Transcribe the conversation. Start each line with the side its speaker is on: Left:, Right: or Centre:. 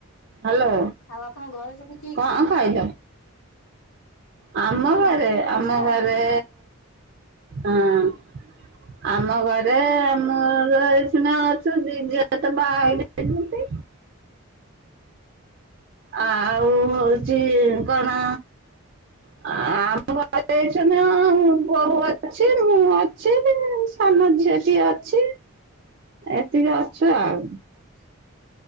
Right: ହ୍ୟାଲୋ
Left: ଆଉ ଆପଣଙ୍କ ଘରେ ସବୁ କିଏ
Right: କଣ
Left: କିଏ?
Right: ଖାଇଲ? ଆମ
Left: ହଁ
Right: ଘରେ
Left: ରୁଟି ଭଜା
Right: ଆମ ଘରେ
Left: ଆଉ।
Right: ଅ‌ଁ
Left: <inaudible>
Right: ଆମ ଘରେ ଆମର ଶିନା ଅଛନ୍ତି ଦିଝିଅତ ବାହା ହେଇଯାଇଚନ୍ତି। ଆଉ ହଉଛି କଣ? <unintelligible> ମୋ ବୋଉ ଅଛି, ମୁଁ ଅଛି, ସାନ ଝିଅ ଅଛି। ଅଛି, ଏତିକି ଅଛୁ ଆଉ।
Left: ଆା <unintelligible>